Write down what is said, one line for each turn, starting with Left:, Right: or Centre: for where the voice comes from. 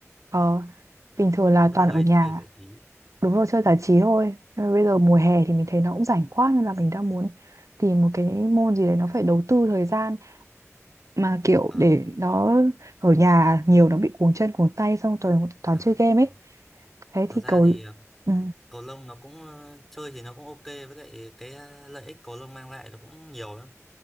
Right: ờ, bình thường là
Centre: lớp
Right: toàn
Centre: 10
Right: ở nhà
Centre: chơi giải trí
Right: đúng rồi chơi giải trí thôi Nhưng mà bây giờ mùa hè thì mình thấy nó cũng rảnh quá nên là mình đang muốn tìm một cái môn gì đấy nó phải đầu tư thời gian mà kiểu
Centre: Ờ.
Right: để nó ở nhà nhiều nó bị cuồng chân cuồng tay xong toàn toàn
Centre: À,
Right: chơi game
Centre: đúng
Right: ấy
Centre: rồi.
Right: thế
Centre: Thật
Right: thì
Centre: ra
Right: cầu
Centre: thì ờ,
Right: ừ.
Centre: cầu lông nó cũng ờ, chơi thì nó cũng ok với lại cái ờ, lợi ích cầu lông mang lại nó cũng nhiều lắm.